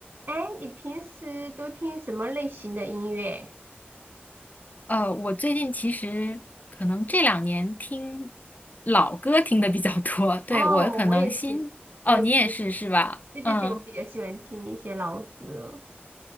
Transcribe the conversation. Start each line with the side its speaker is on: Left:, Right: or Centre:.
Right: 哎，你平时都听什么类型的音乐？
Left: 呃，我最近其实可能这两年听老歌听的比较多，对，
Right: 哦，
Left: 我可能新，
Right: 我也是，
Left: 哦，
Right: 我也比较喜，
Left: 你也是是吧？
Right: 对对对，
Left: 嗯。
Right: 我比较喜欢听一些老歌。